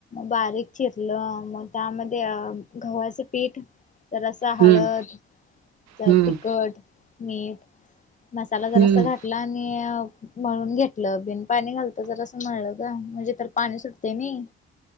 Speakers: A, on the left; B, on the right.
A: बारीक चिरल मग त्यामध्ये अ गव्हाचं पीठ रसा हळद
B: हम्म
A: तर
B: हम्म
A: तिखट मीठ मसाला चा
B: हम्म
A: रसा घातला आणि म्हणून घेतलं बिन पाणी घालतो जर असं म्हळल का म्हणजे तर पाणी सुटते नाही